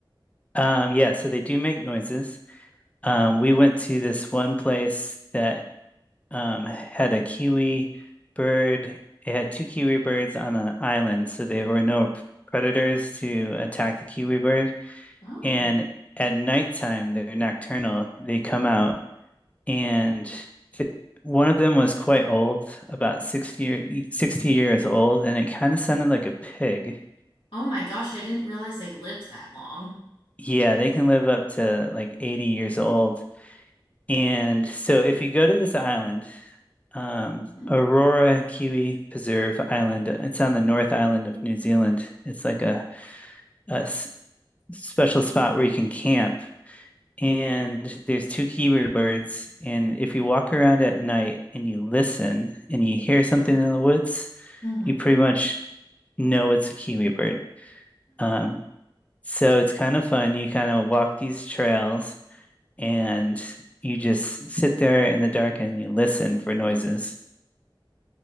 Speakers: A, on the left; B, on the left.
A: Um, yeah, so they do make noises. Um, we went to this one place that um, had a kiwi bird. It had two kiwi birds on an island, so there were no p- predators to attack the kiwi bird.
B: Oh.
A: And at nighttime, they're nocturnal. They come out, and th one of them was quite old, about 60, year- 60 years old, and it kind of sounded like a pig.
B: Oh my gosh, I didn't realize they lived that long.
A: Yeah, they can live up to like 80 years old. And so if you go to this island, Um,
B: hmm
A: Aurora Kiwi Preserve Island. It's on the North Island of New Zealand. It's like a, a s- special spot where you can camp. And there's two kiwi birds. And if you walk around at night and you listen and you hear something in the woods,
B: hmm
A: you pretty much know it's a kiwi bird. Um, so it's kind of fun. You kind of walk these trails and you just sit there in the dark and you listen for noises.